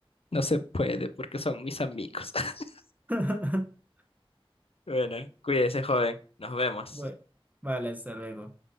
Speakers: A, on the left (about 80°); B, on the right (about 15°).
A: No se puede porque son mis amigos. <laughs>
B: <laughs>
A: Bueno, cuídese, joven. Nos vemos.
B: Bueno, vale, hasta luego.